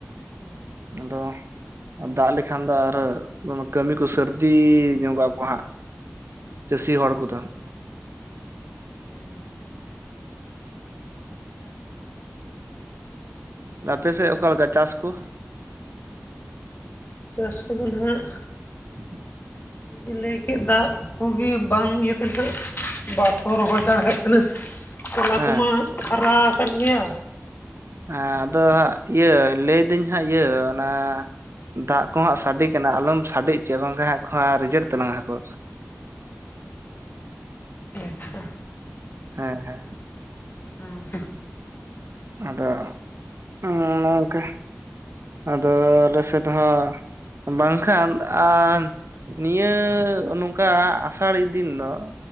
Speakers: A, on the left; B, on the right.
A: ᱦᱩᱸ
B: ᱟᱫᱚ ᱫᱟᱜ ᱞᱮᱠᱷᱟᱱ ᱫᱚ ᱟᱨᱚ, ᱠᱟᱹᱢᱤ ᱠᱚ ᱥᱟᱹᱨᱫᱤ ᱧᱚᱜᱚᱜ ᱟᱠᱚ ᱦᱟᱸᱜ ᱪᱟᱹᱥᱤ ᱦᱚᱲ ᱠᱚᱫᱚ
A: ᱦᱮᱸ
B: ᱟᱯᱮ ᱥᱮᱫ ᱚᱠᱟᱞᱮᱠᱟ ᱪᱟᱥ ᱠᱚ
A: ᱪᱟᱥ ᱠᱚᱫᱚ ᱱᱟᱜ
B: ᱴᱷᱤᱠ <inaudible>
A: ᱵᱤᱱ ᱞᱟᱹᱭ ᱠᱮᱫ ᱫᱟᱜ ᱠᱚᱜᱮ ᱵᱟᱝ ᱤᱭᱟᱹᱛᱮᱱᱠᱷ ᱵᱟᱫᱽ ᱦᱚᱸ ᱨᱚᱦᱚᱭ ᱫᱟᱲᱮᱭᱟᱜ ᱠᱟᱱᱟ ᱛᱚᱞᱟ
B: ᱦᱮᱸ
A: ᱠᱚᱢᱟ ᱦᱟᱨᱟ ᱟᱠᱟᱱ ᱜᱮᱭᱟ <unintelligible>
B: ᱦᱮᱸ ᱟᱫᱚ ᱦᱟᱸᱜ ᱤᱭᱟᱹ ᱞᱟᱹᱭᱫᱟᱹᱧ ᱦᱟᱸᱜ ᱤᱭᱟᱹ ᱚᱱᱟ ᱫᱟᱜ ᱠᱚ ᱦᱟᱸᱜ ᱥᱟᱰᱮ ᱠᱟᱱᱟ ᱟᱞᱚᱢ ᱥᱟᱰᱮ ᱦᱚᱪᱚᱭᱟ ᱵᱟᱝᱠᱷᱟᱱ ᱦᱟᱜ ᱠᱚ ᱨᱤᱡᱮᱠᱴ ᱛᱟᱞᱟᱝ-ᱟ ᱠᱚ᱾
A: ᱟᱪᱪᱷᱟ
B: ᱦᱮᱸ ᱦᱮᱸ
A: ᱦᱮᱸ
B: ᱟᱫᱚ, ᱱᱚᱝᱚᱭᱱᱚᱝᱠᱟ ᱟᱫᱚ ᱟᱞᱮᱥᱮᱫ ᱦᱚᱸ, ᱵᱟᱝᱠᱷᱟᱱ ᱟᱨ ᱱᱤᱭᱟᱹᱻ ᱱᱚᱝᱠᱟ ᱟᱥᱟᱲᱤ ᱫᱤᱱ ᱫᱚ